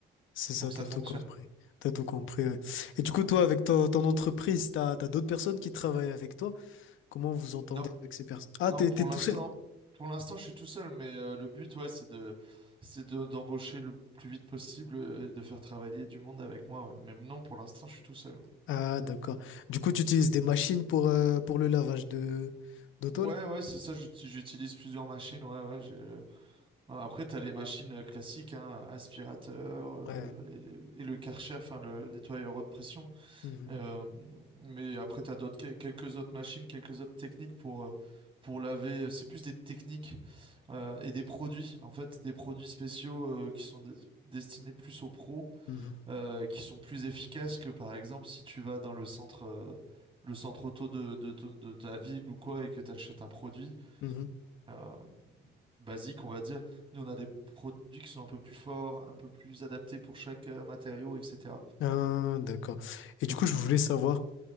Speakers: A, on the left; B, on the right.
A: C'est ça,
B: pour que
A: t'as
B: ça fonctionne.
A: tout compris. T'as tout compris, ouais. Et du coup, toi, avec ton, ton entreprise, t'as, t'as d'autres personnes qui travaillent avec toi? Comment vous entendez
B: Non.
A: avec ces personnes? Ah,
B: Non,
A: t'es,
B: pour
A: t'es tout
B: l'instant,
A: seul.
B: pour l'instant, je suis tout seul, mais euh, le but, ouais, c'est de, c'est de, d'embaucher le plus vite possible euh, et de faire travailler du monde avec moi, ouais. Mais non, pour l'instant, je suis tout seul.
A: Ah, d'accord. Du coup, tu utilises des machines pour, euh, pour le lavage de, d'auto,
B: Ouais,
A: là?
B: ouais, c'est ça, j'ut- j'utilise plusieurs machines, ouais, ouais. j'ai- euh, Après, t'as les machines euh, classiques, hein, aspirateur euh,
A: Ouais.
B: et, et le Karcher, enfin, le nettoyeur haute pression.
A: Mhm.
B: Euh, mais après, tu as d'autres, quel- quelques autres machines, quelques autres techniques pour, euh, pour laver. euh, C'est plus des techniques euh, et des produits, en fait, des produits spéciaux euh, qui sont des- destinés plus aux pros,
A: Mhm.
B: euh, qui sont plus efficaces que, par exemple, si tu vas dans le centre, euh, le centre auto de, de, de- de ta ville ou quoi et que tu achètes un produit.
A: Mhm.
B: euh, basique, on va dire. Nous, on a des produits qui sont un peu plus forts, un peu plus adaptés pour chaque euh, matériau, etc.
A: Ah, d'accord. Et du coup, je voulais savoir,